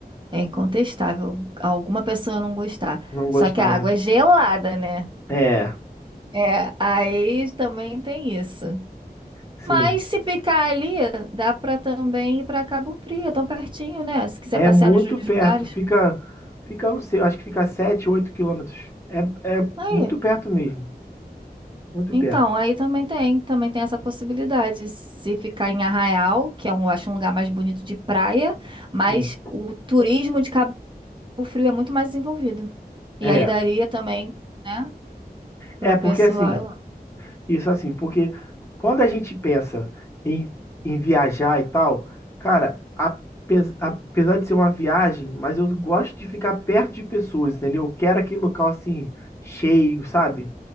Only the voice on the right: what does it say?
é incontestável alguma pessoa não gostar.
Só
que a água
é gelada, né?
É, aí também tem isso.
Mas se ficar ali, dá pra também ir pra Cabo Frio, é tão pertinho, né? Se quiser
passear
nos dois
lugares.
Aí,
então,
aí também tem, também tem essa possibilidade. Se ficar em Arraial, que é um, eu acho um lugar mais bonito de praia, mas
o turismo de Cabo Frio é muito mais desenvolvido. E
aí daria também, né, pro
pessoal
ir lá,